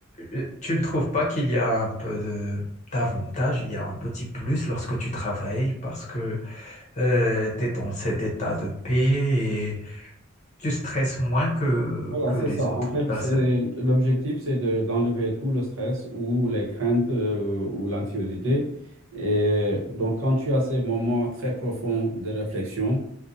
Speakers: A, on the left; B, on the right.
A: euh, tu ne trouves pas qu'il y a un peu de d'avantage, il y a un petit plus lorsque tu travailles parce que tu es dans cet état de paix et tu stresses moins que
B: Voilà,
A: que
B: c'est
A: les
B: ça. En
A: autres
B: fait,
A: personnes.
B: c'est l'objectif, c'est de d'enlever tout le stress ou les craintes euh, ou l'anxiété. Et donc, quand tu as ces moments très profonds de réflexion